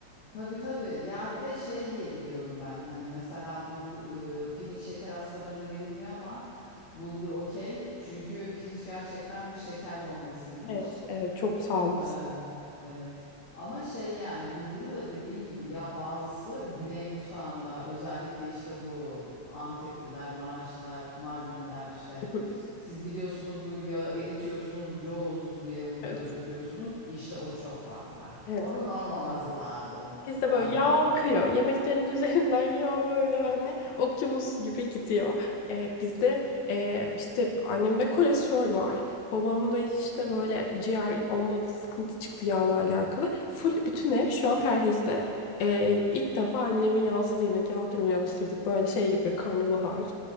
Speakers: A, on the left; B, on the left.
A: Tabii tabii. Ya bir de şey diye biliyorum ben. Hani mesela bulgu, e, pirinç şeker hastalarına verilmiyor ama bulgur okey. Çünkü pirinç gerçekten bir şeker bombasıymış.
B: Evet, evet çok sağlıklı.
A: Ee, evet. Ama şey yani bulguru da dediğin gibi ya bazısı Güney mutfağında özellikle işte bu Antepliler, Maraşlılar, Mardinliler işte
B: <laughs>
A: siz gidiyorsunuz bu yağı eritiyorsunuz, coz diye bulgura
B: Evet,
A: döküyorsunuz. İşte o çok fazla.
B: evet.
A: Onun olmaması lazım
B: Bizde böyle
A: aslında.
B: yağ akıyor. Yemeklerin üzerinden <laughs> yağ böyle hani okyanus gibi gidiyor. Ee, bizde e, işte annemde kolesterol var. Babamda işte böyle ciğer onunla da sıkıntı çıktı yağla alakalı. Full bütün ev şu an perhizde. Ee, ilk defa annemi yağsız yemek yaptırmaya alıştırdık. Böyle şey yapıyor karnabahar,